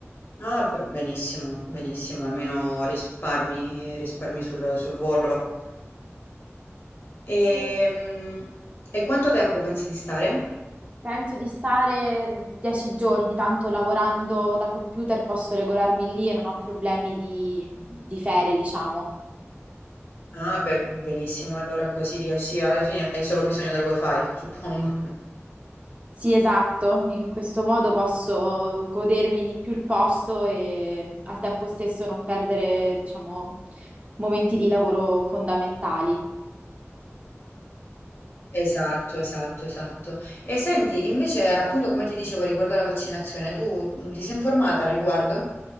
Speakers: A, on the left; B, on the right.
A: Ah, per- benissimo, benissimo, almeno risparmi, risparmi sul, sul volo.
B: Sì.
A: Ehm, E, quanto tempo pensi di stare?
B: Penso di stare dieci giorni, tanto lavorando da computer posso regolarmi lì e non ho problemi di di ferie, diciamo.
A: Ah, beh, benissimo, allora così riesci, alla fine hai solo bisogno del wifi, suppongo.
B: Sì, esatto, in questo modo posso godermi di più il posto e al tempo stesso non perdere, diciamo, momenti di lavoro fondamentali.
A: Esatto, esatto, esatto. E senti, invece, appunto, come ti dicevo riguardo alla vaccinazione, tu mh, ti sei informata al riguardo?